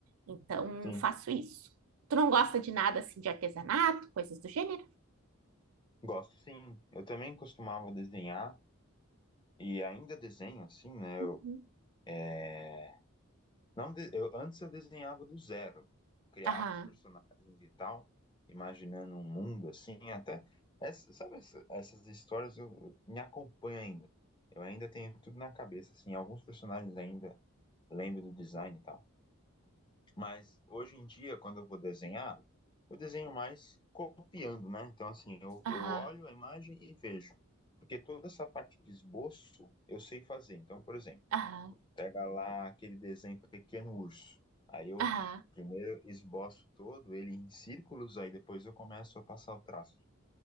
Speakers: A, on the right (about 70°); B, on the left (about 20°).
A: Então,
B: Sim,
A: faço isso. Tu não gosta de nada assim de artesanato, coisas do gênero?
B: gosto. Sim, eu também costumava desenhar e ainda desenho, assim, né?
A: Uhum.
B: Eu, é, não de- eu, antes eu desenhava do zero. Criava
A: Aham,
B: os personagens e tal, imaginando um mundo assim, até. Essa, sabe, essa- essas histórias eu, eu- me acompanham ainda. Eu ainda tenho tudo na cabeça, assim, alguns personagens ainda lembro do design e tal. Mas hoje em dia, quando eu vou desenhar, eu desenho mais copiando, né? Então, assim, eu, eu
A: aham,
B: olho a imagem e vejo. Porque toda essa parte de esboço eu sei fazer. Então, por exemplo,
A: aham,
B: pega lá aquele desenho Pequeno Urso. Aí eu
A: aham.
B: primeiro esboço todo ele em círculos, aí depois eu começo a passar o traço.